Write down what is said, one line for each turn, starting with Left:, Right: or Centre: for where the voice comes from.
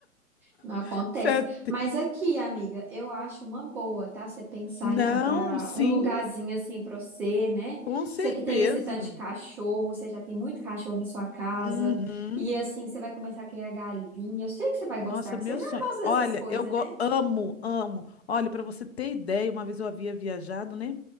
Centre: Não acontece.
Left: <laughs> Certo.
Centre: Mas aqui, amiga, eu acho uma boa, tá? Você pensar
Left: Não,
Centre: em comprar
Left: sim,
Centre: um lugarzinho assim pra você, né?
Left: com certeza.
Centre: Você que tem esse tanto de cachorro, você já tem muito cachorro na sua casa.
Left: Uhum.
Centre: E assim, você vai começar a criar galinha. Eu sei que você vai
Left: Nossa,
Centre: gostar,
Left: meu
Centre: que você já
Left: sonho.
Centre: gosta
Left: Olha,
Centre: dessas coisas,
Left: eu go-
Centre: né?
Left: amo, amo. Olha, para você ter ideia, uma vez eu havia viajado, né?